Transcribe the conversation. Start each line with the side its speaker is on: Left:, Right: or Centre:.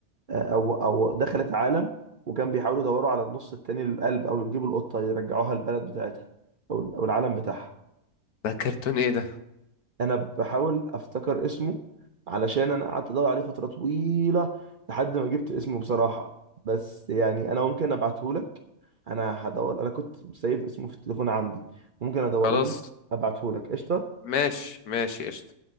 Right: آه، أو أو دخلت عالم وكان بيحاولوا يدوروا على النص التاني للقلب أو يجيبوا القطة يرجعوها البلد بتاعتها أو أو العالم بتاعها
Left: ده كرتون ايه ده
Right: أنا بحاول أفتكر اسمه علشان أنا قعدت أدور عليه فترة طويلة لحد ما جبت اسمه بصراحة بس يعني أنا ممكن أبعتهولك أنا هدور أنا كنت سايب اسمه في التليفون عندي ممكن أدوره
Left: خلاص
Right: أبعتهولك قشطة
Left: ماشي ماشي قشطة